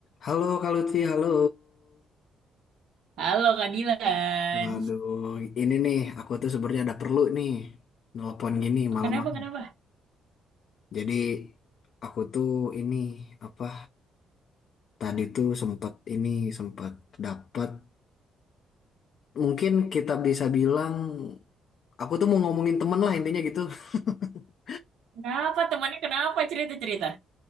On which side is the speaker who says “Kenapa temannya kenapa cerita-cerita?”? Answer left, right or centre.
Right